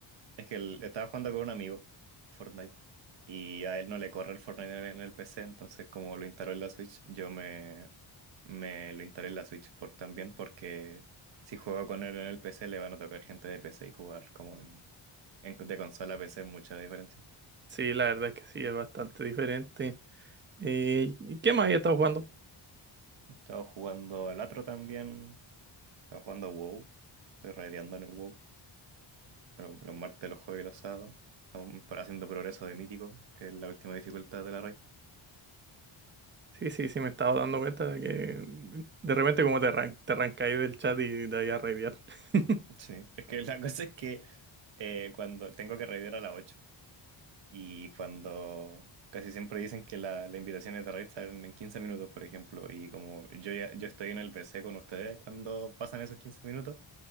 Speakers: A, on the right; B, on the right.
A: Es que él estaba jugando con un amigo, Fortnite, y a él no le corre el Fortnite en el en el PC, entonces como lo instaló en la Switch, yo me, me lo instalé en la Switch por también, porque si juego con él en el PC le van a tocar gente de PC y jugar como en, en- de consola a PC es mucha la diferencia.
B: Sí, la verdad es que sí, es bastante diferente. Eh, ¿y qué más he estado jugando?
A: Estaba jugando al otro también, estaba jugando a WoW, estoy raideando en el WoW, lo- los martes, los jueves y los sábados. Estamos haciendo progreso de mítico, que es la última dificultad de la raid.
B: Sí, sí, sí, me estaba dando cuenta de que mm, de repente como te arran- te arrancáis del chat y de ahí a raidear. <laughs>
A: Sí, es que la <laughs> cosa es que eh, cuando tengo que raidear a las 8 y cuando casi siempre dicen que la- las invitaciones de raid salen en 15 minutos, por ejemplo, y como yo, ya- yo estoy en el BC con ustedes cuando pasan esos 15 minutos